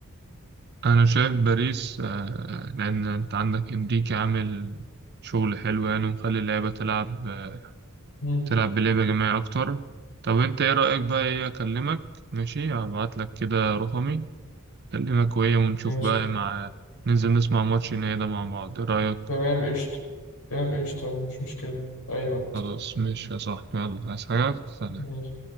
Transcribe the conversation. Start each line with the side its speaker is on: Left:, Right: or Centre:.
Right: انا شايف باريس آه، لان انت عندك انريكي عامل شغل حلو يعني ومخلي اللعيبه تلعب آه،
Left: مم.
Right: تلعب بلعبه جماعيه اكتر طب انت ايه رايك بقى ايه اكلمك ماشي هبعت لك كده رقمي أكلمك وهي ونشوف
Left: ماشي
Right: بقى مع ننزل نسمع ماتش النهائي ده مع بعض إيه رأيك؟
Left: تمام قشطة تمام قشطة مفيش مشكلة في أي وقت
Right: خلاص ماشي يا صاحبي يلا عايز حاجة؟ سلام.
Left: ماشي